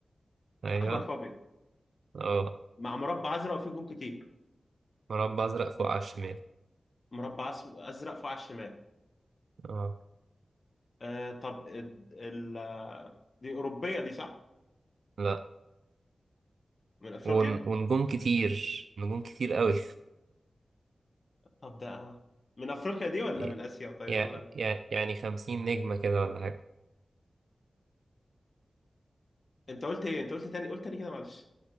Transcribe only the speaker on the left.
احمر في ابيض
مع مربع ازرق وفيه جون كتير
مربع أس- ازرق فوق على الشمال
آه طب ال... ال- دي اوروبيه دي صح
من افريقيا
طب ده من افريقيا دي ولا
من اسيا طيب
ولا
انت قلت ايه انت قلت تاني قلت تاني كده معلش